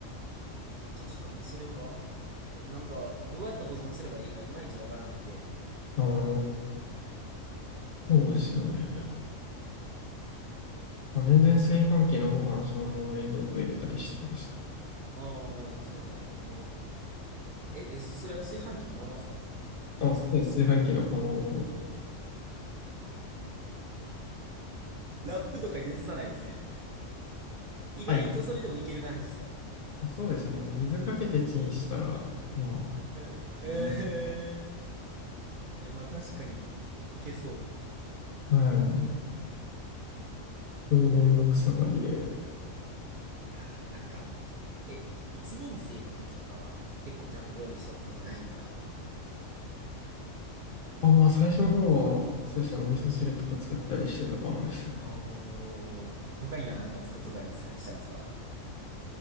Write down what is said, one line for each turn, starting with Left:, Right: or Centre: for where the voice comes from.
Right: いや、確かに、それは、いや、なんか、どうやって保存すればいいか、いまいちわからんくて、
Left: ああ、
Right: あれなんですよね。
Left: そうですよね。まあ、全然炊飯器のご飯そのまま冷蔵庫入れたりしてます。
Right: ああそうですね、もう、え、え、それは炊飯器のままっすか
Left: あ、そうです。炊飯器の釜ごと。
Right: ラップとかに移さないんですね。意外とそれでもいける感じですか
Left: はい。まあ、そうですね。水かけてチンしたら、まあ
Right: <laughs> え、
Left: うん。
Right: ええいや、まあ確かに、いけそう。
Left: あ、はい。本当にめんどくさがりで。
Right: いやー、なんか、え、一年生の時とかは、結構ちゃんと料理しとったとかないんですか
Left: あ、まあ最初の方は、そうですね。お味噌汁とか作ったりしてたかもですね。
Right: おー、他には何か作っとったりしたんですか